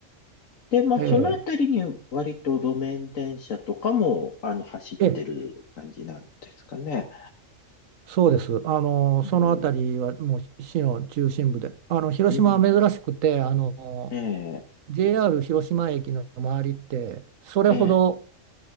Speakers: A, on the left (about 80°); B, on the right (about 80°).
A: で、まあ、
B: え
A: そのあたりに割と路面電車とかも、あの、走ってる感じなんですかね。
B: えええそうです。あの、そのあたりはもう市の中心部で、
A: うん。
B: あの、広島は珍しくて、
A: うん。
B: あの、
A: ええ、
B: JR 広島駅の周りって、それほど、
A: ええ、